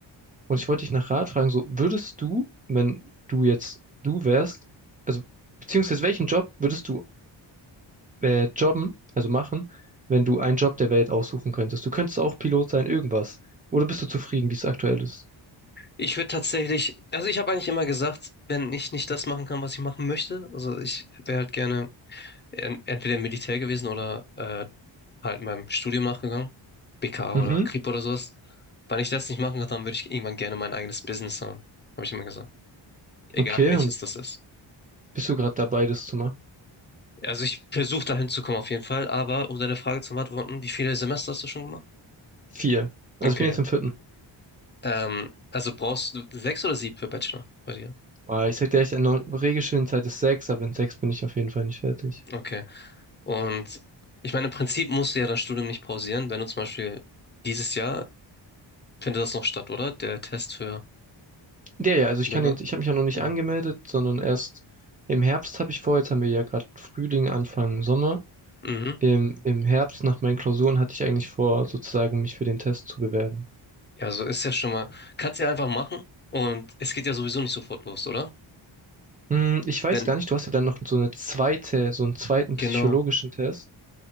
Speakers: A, on the right; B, on the left.
A: Und ich wollte dich nach Rat fragen, so würdest du, wenn du jetzt du wärst, also beziehungsweise welchen Job würdest du äh, jobben, also machen, wenn du einen Job der Welt aussuchen könntest? Du könntest auch Pilot sein, irgendwas. Oder bist du zufrieden, wie es aktuell ist?
B: Ich würde tatsächlich, also ich habe eigentlich immer gesagt, wenn ich nicht das machen kann, was ich machen möchte, also ich wäre halt gerne en entweder im Militär gewesen oder äh, halt meinem Studium nachgegangen, BKA
A: Mhm.
B: oder Kripo oder sowas. Wenn ich das nicht machen kann, dann würde ich irgendwann gerne mein eigenes Business haben, habe ich immer gesagt. Egal
A: Okay,
B: welches
A: und
B: das ist.
A: bist du gerade dabei, das zu machen?
B: Also ich versuche dahin zu kommen auf jeden Fall, aber um deine Frage zu beantworten, wie viele Semester hast du schon gemacht?
A: Vier. Also
B: Okay.
A: ich bin jetzt im vierten.
B: Ähm, also brauchst du sechs oder sieben für Bachelor bei dir?
A: Boah, ich sag dir echt, eine Regelstudienzeit ist sechs, aber in sechs bin ich auf jeden Fall nicht fertig.
B: Okay. Und ich meine, im Prinzip musst du ja dein Studium nicht pausieren, wenn du zum Beispiel dieses Jahr findet das noch statt, oder? Der Test für
A: Ja, ja, also
B: Pinot,
A: ich kann den, ich habe mich ja noch nicht
B: genau.
A: angemeldet, sondern erst im Herbst habe ich vor, jetzt haben wir ja gerade Frühling, Anfang Sommer.
B: Mhm.
A: Im, im Herbst nach meinen Klausuren hatte ich eigentlich vor, sozusagen mich für den Test zu bewerben.
B: Ja, so ist ja schon mal. Kannst ja einfach machen und es geht ja sowieso nicht sofort los, oder?
A: Hm, ich weiß
B: Wenn,
A: gar nicht, du hast ja dann noch so eine zweite, so einen zweiten
B: genau.
A: psychologischen Test.